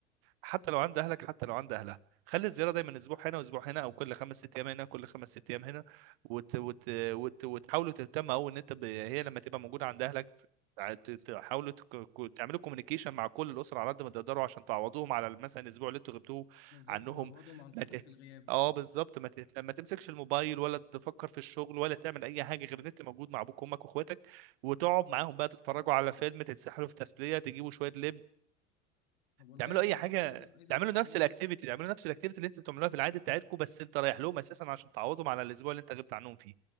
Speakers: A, on the right; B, on the left.
A: حتى لو عند اهلك حتى لو عند اهلها خلي الزياره دايما اسبوع هنا واسبوع هنا او كل خمس ست ايام هنا كل خمس ست ايام هنا وت... وت... وت... وتحاولوا تهتموا او ان انت ب... هي لما تبقى موجوده عند اهلك ت- تحاولوا تك- ك- تعملوا كوميونيكيشن مع كل الاسره على قد ما تقدروا عشان تعوضوهم على مثلا الاسبوع اللي انتوا غبتوه
B: بالظبط
A: عنهم
B: نعوضهم عن فترة
A: ما ت...
B: الغياب
A: اه بالظبط ما, ت... ما تمسكش الموبايل ولا تفكر في الشغل ولا تعمل اي حاجه غير ان انت موجود مع ابوك وامك واخواتك وتقعد معاهم بقى تتفرجوا على فيلم تتسحلوا في تسليه تجيبوا شويه لب
B: طب والله
A: تعملوا
B: يعني
A: اي حاجه
B: عايز عايز
A: تعملوا
B: أقول لك
A: نفس
B: كمان
A: الاكتيفيتي تعملوا نفس الاكتيفيتي اللي انتوا بتعملوها في العادي بتاعتكم بس انت رايح لهم اساسا عشان تعوضهم على الاسبوع اللي انت غبت عنهم فيه